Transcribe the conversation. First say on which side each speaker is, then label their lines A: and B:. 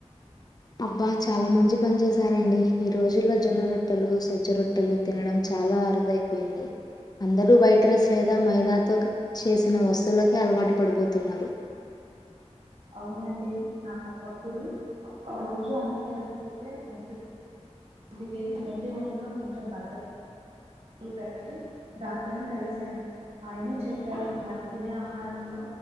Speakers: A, on the left; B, on the right.
A: అబ్బా చాలా మంచి పని చేసారండి. ఈ రోజుల్లో జొన్న రొట్టెలు. సజ్జ రొట్టె. రొట్టెలు తినడం చాలా అరుదైపోయింది అందరూ వైట్ రైస్ లేదా మైదాతో చేసిన వస్తువులకే. అలవాటు పడిపోతున్నారు.
B: అవునండి నాకు ఒక్కప్పుడు రోజు అన్నం తినకపోతే ముద్ద. అందుకే ఈ మధ్య ఒంట్లో కొంచెం బద్దకం. నేన్ పెద్దటి డాక్టర్ ని కలిశాను. ఆయనే చెప్పారు మనం తినే ఆహారంలో.